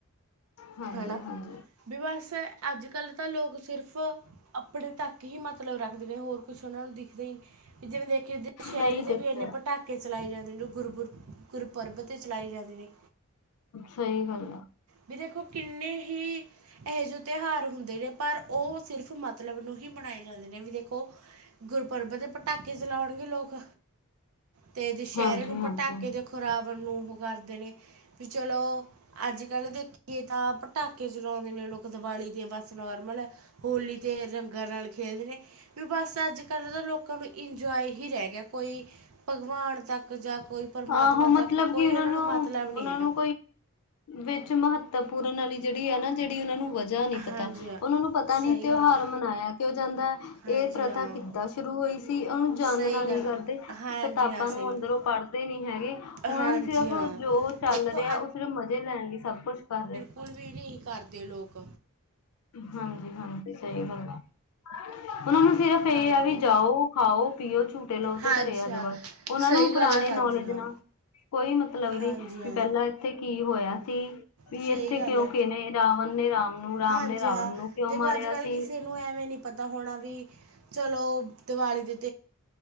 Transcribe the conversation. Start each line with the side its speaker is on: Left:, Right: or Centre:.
Left: ਹਾਂਜੀ-ਹਾਂਜੀ
Right: ਹਨਾ ਵੀ ਬਸ। ਅੱਜ ਕੱਲ੍ਹ ਤਾਂ ਲੋਕ ਸਿਰਫ ਆਪਣੇ ਤੱਕ ਹੀ ਮਤਲਬ ਰੱਖਦੇ ਨੇ ਹੋਰ ਕੁਛ ਉਹਨਾਂ ਨੂੰ ਦਿਖਦੇ ਹੀ ਨਹੀਂ। ਜਦੇ ਮੈਂ ਦੇਖਿਆ ਦੁਸਹਿਰੇ
Left: ਨਹੀਂ
Right: ਤੇ
Left: ਦੇਖਿਆ
Right: ਵੀ ਇਨੇ। ਪਟਾਕੇ ਚਲਾਏ ਜਾਂਦੇ ਨੇ ਜੋ ਗੁਰਪੁਰ ਗੁਰਪੁਰਬ 'ਤੇ ਚਲਾਏ ਜਾਂਦੇ ਨੇ।
Left: ਸਹੀ ਗੱਲ ਹੈ।
Right: ਵੀ ਦੇਖੋ ਕਿੰਨੇ ਹੀ ਇਹੋ ਜਿਹੇ ਤਿਉਹਾਰ ਹੁੰਦੇ ਨੇ ਪਰ ਉਹ ਸਿਰਫ ਮਤ। ਮਤਲਬ ਨੂੰ ਹੀ ਮਨਾਏ ਜਾਂਦੇ ਨੇ ਵੀ ਦੇਖੋ ਗੁਰਪਰਬ ਦੇ। ਪਟਾਕੇ ਚਲਾਉਣਗੇ ਲੋਕ ਤੇ ਦਸ਼ਹਿਰੇ
Left: ਹਾਂਜੀ-ਹਾਂਜੀ
Right: ਨੂੰ ਪਟਾਕੇ ਦੇਖੋ। ਉਹ ਰਾਵਣ ਨੂੰ ਮਾਰਦੇ ਨੇ ਵੀ ਚਲੋ ਅੱਜ ਕੱਲ੍ਹ ਦੇਖੀਏ ਤਾਂ। ਪਟਾਕੇ ਚਲਾਉਂਦੇ ਨੇ ਲੋਕ ਦੀਵਾਲੀ ਦੇ ਬਸ ਨੋਰਮਲ ਹੈ। ਹੋਲੀ ਤੇ ਰੰਗਾਂ ਨਾਲ ਖੇਲਦੇ ਨੇ ਵੀ ਬਸ ਅੱਜ ਕੱਲ੍ਹ ਤਾਂ ਲੋਕ ਨੂੰ ਇੰਜੋਏ ਹੀ ਰਹਿ ਗਿਆ ਕੋਈ ਭਗਵਾਨ ਤੱਕ ਜਾਂ ਕੋਈ। ਪਰਮਾਤਮਾ
Left: ਆਹੋ ਮਤਲਬ
Right: ਤੱਕ ਕੋਈ
Left: ਕਿ ਉਹਨਾਂ ਨੂੰ
Right: ਮਤਲਬ ਨਹੀਂ
Left: ਉਹਨਾਂ
Right: ਹੈਗਾ
Left: ਨੂੰ। ਵਿੱਚ ਮਹੱਤਵਪੂਰਨ ਵਾਲੀ ਜਿਹੜੀ ਹੈ ਨਾ ਜਿਹੜੀ ਉਹਨਾਂ ਨੂੰ ਵਧ। ਜ ਨਹੀਂ ਪਤਾ
Right: ਹਾਂਜੀ ਹਾਂ
Left: ਉਹਨਾ ਨੂੰ ਪਤਾ ਨੀ
Right: ਸਹੀ
Left: ਤਿਉਹਾਰ
Right: ਗੱਲ ਆ
Left: ਮਨਾਇਆ ਕਿਉ ਜਾਂਦਾ ਹੈ।
Right: ਹਾਂਜੀ
Left: ਇਹ ਪ੍ਰਥਾ
Right: ਹਾਂ
Left: ਕਿੱਦਾਂ ਸ਼ੁਰੂ ਹੋਈ ਸੀ ਉਹਨੂੰ ਜਾਾਨਨਾ
Right: ਸਹੀ
Left: ਨਹੀਂ
Right: ਗੱਲ
Left: ਕਰਦੇ
Right: ਆ
Left: ਕਿ
Right: ਹਾਂਜੀ
Left: ਕਿਤਾਬਾਂ
Right: ਹਾਂ ਸਹੀ
Left: ਨੂੰ
Right: ਗੱਲ
Left: ਅੰਦਰੋਂ ਪੜ੍ਹ। ਨਹੀਂ ਹੈਗੇ ਉਹਨਾਂ
Right: ਹਾਂਜੀ
Left: ਨੂੰ ਸਿਰਫ
Right: ਹਾਂ
Left: ਜੋ ਚੱਲ
Right: ਦੇਖੋ
Left: ਰਿਹਾ ਉਹ ਸਿਰਫ ਮਜ਼ੇ ਲੈਣ ਲਈ ਸਭ ਕੁਛ ਕਰ ਰਹੇ।
Right: ਕੁੁਝ ਵੀ ਨਹੀਂ ਕਰਦੇ ਲੋਕ।
Left: ਹਾਂਜੀ ਹਾਂਜੀ ਸਹੀ ਗੱਲ ਆ। ਉਹਨਾਂ ਨੂੰ ਸਿਰਫ਼ ਇਹ
Right: ਹਾਂਜੀ
Left: ਆ ਵੀ
Right: ਹਾਂ
Left: ਜਾਓ ਖਾਓ, ਪੀਓ ਝੂਟੇ ਲਓ ਤੇ
Right: ਹਾਂਜੀ
Left: ਘਰੇ ਆ ਜਾਓ
Right: ਹਾਂ
Left: ਬਸ। ਉਹਨਾਂ
Right: ਸਹੀ
Left: ਨੂੰ ਪੁਰਾਣੇ
Right: ਗੱਲ ਹੈ ਹਾਂਜੀ
Left: ਜ
Right: ਹਾਂ
Left: ਨਾਲ ਕੋਈ ਮਤਲਬ, ਨਹੀਂ
Right: ਹਾਂਜੀ ਹਾਂ
Left: ਵੀ ਪਹਿਲਾਂ ਇੱਥੇ ਕੀ ਹੋਇਆ ਸੀ। ਵੀ
Right: ਸਹੀ
Left: ਇੱਥੇ
Right: ਗੱਲ
Left: ਕਿਉਂ
Right: ਹੈ
Left: ਕਿ ਨੇ ਰਾਵਣ ਨੇ ਰਾਮ ਨੂੰ ਰਾਮ
Right: ਹਾਂਜੀ
Left: ਨੇ ਰਾਵਣ
Right: ਹਾਂ
Left: ਨੂੰ ਕਿਉਂ
Right: ਦੇਖੋ
Left: ਮਾਰਿਆ
Right: ਅੱਜ ਕੱਲ੍ਹ
Left: ਸੀ।
Right: ਕਿਸੇ ਨੂੰ ਐਵੇਂ ਨੀ ਪਤਾ ਹੋਣਾ ਵੀ। ਚਲੋ ਦਿਵਾਲੀ ਦੇ